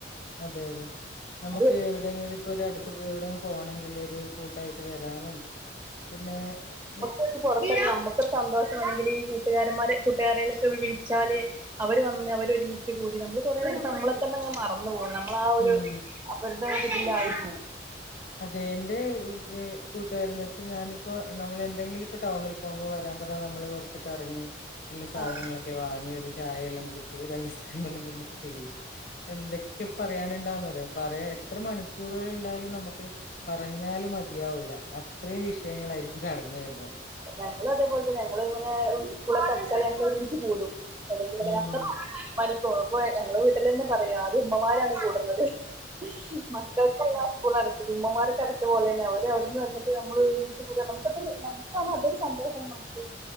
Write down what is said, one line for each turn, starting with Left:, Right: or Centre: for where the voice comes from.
Left: അതെ അതെ നമുക്ക്
Right: അത്
Left: എവിടെങ്കിലും ഇപ്പോ ഒരു അടുത്ത് എവിടെയും പോണേങ്കിൽ ഒരു കൂട്ടായിട്ട് വരാനും പിന്നെ <unintelligible>
Right: ഇപ്പൊ ഒരു പുറത്ത് <unintelligible> നമുക്കൊരു സന്തോഷംമാണെങ്കിൽ ഈ കൂട്ടുകാരന്മാരെ കൂട്ടുകാരെയല്ലക്ക വിളിച്ചാല് അവർ വന്ന് അവര് ഒരുമിച്ച് കൂടി നമ്മള് കുറേ നേരം നമ്മളെ തന്നെ അങ്ങനെ മറന്നു പോകും നമ്മള ആ ഒരു
Left: ഉം
Right: അവരുടെ ഒരു ഇതിലായി പോവും
Left: അതെ എന്റെ <inaudible> കൂട്ടുക്കാരെന്ന് വെച്ചാ ഞാനിപ്പോ നമ്മളെന്തെങ്കിലും ഇപ്പ ടൗണിൽ പോകുമ്പോ വരാൻ പറഞ്ഞ നമ്മള് വെറു കറങ്ങി എല്ല സാധനങ്ങളൊക്കെ
Right: ആഹ്
Left: വാങ്ങി ഒരു ചായയെല്ലാം കുടിച്ച് ഒരു ഐസ് ക്രീം വെല്ലോം തിന്നിട്ട് പിരിയും എന്തൊക്കെ പറയാനുണ്ടാവുന്ന് അറിയോ പറയാൻ എത്ര മണിക്കൂറുകൾ ഉണ്ടായാലും നമ ക്ക് പറഞ്ഞാലും മതിയാവൂല അത്രയും വിഷയങ്ങളായിരിക്കും കടന്ന് വരുന്നത്
Right: ഞങ്ങളും അതേപോലെ തന്നെ ഞങ്ങളിങ്ങനെ സ്കൂളൊക്കെ ഞങ്ങൾ ഒരുമിച്ച് കൂടും എവിടെങ്കിലൊക്കെ
Left: ഉം
Right: നമ്മ പാനി പ്പ ഞങ്ങള് വീട്ടിലെന്നെ പറയും ആദ്യം ഉമ്മമാരാണ് കൂടുന്നതേ ഉം മക്കക്കല്ലാ സ്കൂൾ അടച്ചത് ഉമ്മമാർക്ക് അടച്ച പോലാണ് അവര് അവിട്ന്ന് വന്നിട്ട് മ്മള് ഒരുമിച്ച് കൂടാ നമുക്കതല്ലേ നമുക്കാണ് അതൊരു സന്തോഷം നമുക്ക്